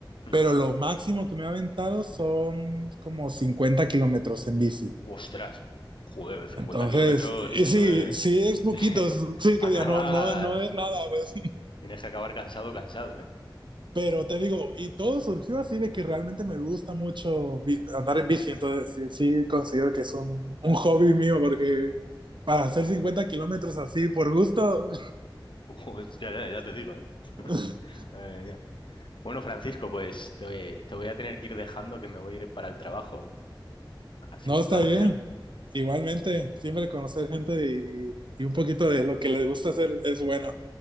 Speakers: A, on the left; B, on the right.
A: Mm.
B: pero lo máximo que me he aventado son como 50 kilómetros en bici.
A: Ostras. Joder, 50
B: Entonces,
A: kilómetros,
B: y
A: eso
B: sí,
A: eh,
B: sí es poquito,
A: <laughs>
B: sí que
A: acabas,
B: diga, no, no, no es nada, pues,
A: tienes que acabar cansado, cansado, ¿eh?
B: Pero te digo, y todo surgió así de que realmente me gusta mucho vi- andar en bici, entonces sí, sí considero que es un, un hobby mío, porque para hacer 50 kilómetros así por gusto,
A: Hostia, ya, ya te digo, ¿eh?
B: <laughs>
A: Madre mía. Bueno, Francisco, pues te, te voy a tener que ir dejando, que me voy a ir para el trabajo. Ha sido
B: no
A: un
B: está
A: placer
B: bien. Igualmente, siempre conocer gente y, y un poquito de lo que les gusta hacer es bueno.